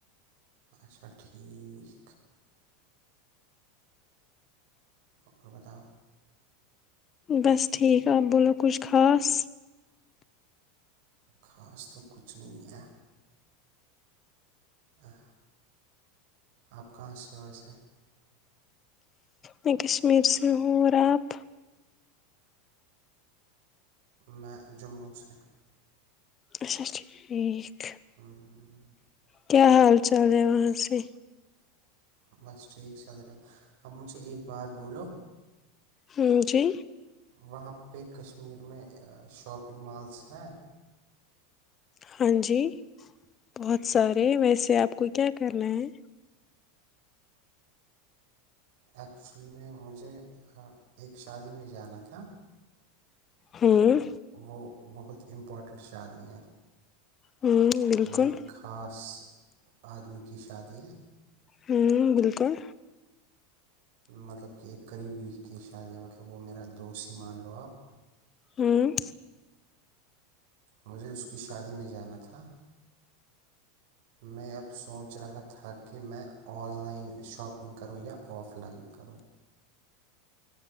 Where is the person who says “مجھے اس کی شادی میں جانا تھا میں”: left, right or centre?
Right